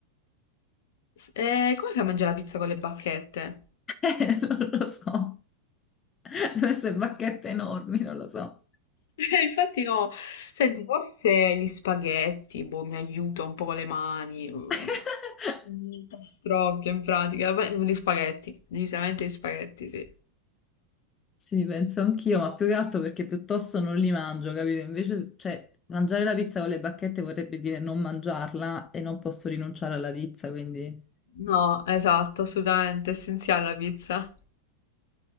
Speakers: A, on the left; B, on the left.
A: s- eh, come fai a mangiare la pizza con le bacchette?
B: Eh, Non lo so, <laughs> queste bacchette enormi, non lo so.
A: Eh, Infatti no, senti, forse gli spaghetti, boh, mi aiuta un po' con le mani, mm,
B: <laughs>
A: pastrocchio in pratica, Beh, gli spaghetti, decisamente gli spaghetti, sì.
B: Sì, penso anch'io, ma più che altro perché piuttosto non li mangio, capito? Invece, cioè, mangiare la pizza con le bacchette vorrebbe dire non mangiarla e non posso rinunciare alla pizza, quindi...
A: No, esatto, assolutamente essenziale la pizza.